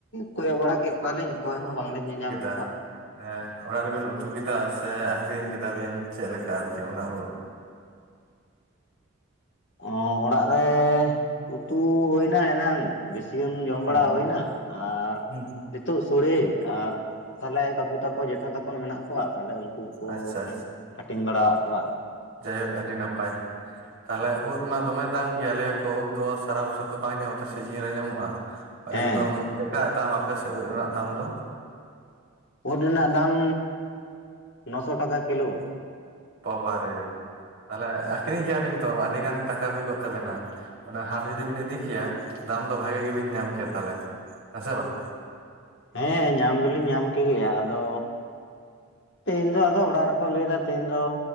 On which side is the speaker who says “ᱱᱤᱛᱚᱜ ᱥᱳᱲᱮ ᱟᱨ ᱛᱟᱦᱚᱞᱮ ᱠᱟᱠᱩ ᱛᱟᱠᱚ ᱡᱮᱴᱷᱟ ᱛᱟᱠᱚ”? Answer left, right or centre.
Left